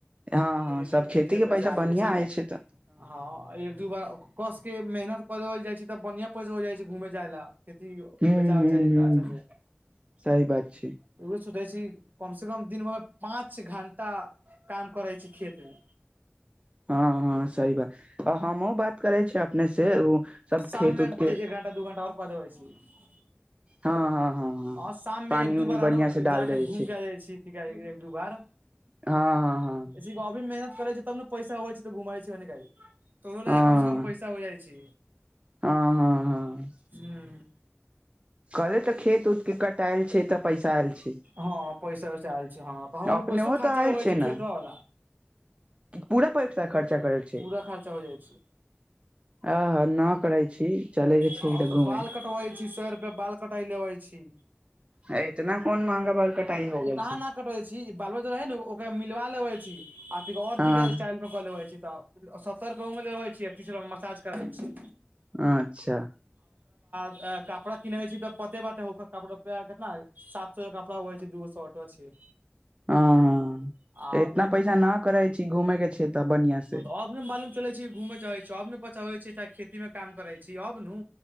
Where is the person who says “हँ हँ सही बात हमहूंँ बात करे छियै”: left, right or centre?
Right